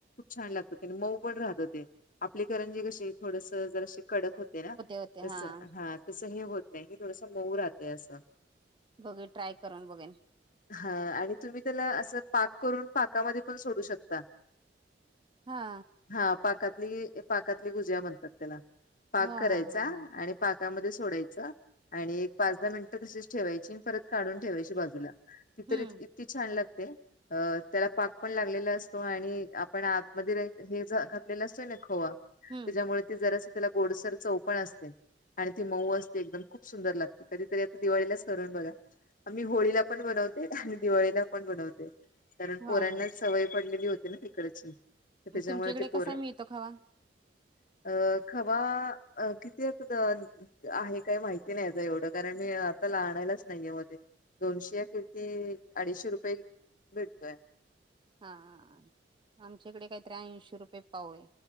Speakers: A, on the left; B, on the right.
A: छान लागत मऊ पण राहतं ते आपली करंजी कशी थोडस जराशी कडक होते ना
B: होते.
A: तस
B: हां,
A: हा. तसं हे होत नाही हे थोडस मऊ राहतं असं.
B: बघेन ट्राय करून बघेन.
A: हा आणि तुम्ही त्याला असं पाक करून पाकामध्ये पण सोडू शकता.
B: हा!
A: हा पाकातली पाकातली भुजया म्हणतात त्याला पाक
B: हां,
A: करायचा
B: हां, हां, हां.
A: आणि पाकामध्ये सोडायचा आणि एक पाच दहा मिनिटं तशीच ठेवायची परत काढून ठेवायची बाजूला. ती
B: हं.
A: तरी इतकी छान लागते. अ त्याला पाक पण लागलेला असतो आणि आपण आतमध्ये हे घातलेला असतोय ना खवा त्याच्यामुळे
B: हम्म
A: ते जरास त्याला गोडसर चौपण असते. आणि ते मऊ असते एकदम खूप सुंदर लागते कधीतरी आता दिवाळीला करून बघा आम्ही होळीला पण बनवते आणि दिवाळीला पण बनवते कारण पोरांना
B: हा हा
A: सवय पडलेली होती ना तिकडची. तर त्याच्यामुळे
B: तुमच्याकडे
A: ते पोर
B: कसा मिळतो खवा?
A: <inaudible> अ खवा किती आहे काही माहिती नाही एवढं कारण मी आणलाच नाहीय मध्ये दोनशे या किती अडीचशे रुपये भेटतोय.
B: हां हा! आमच्याकडे काही ऐंशी रुपये पाऊ आहे.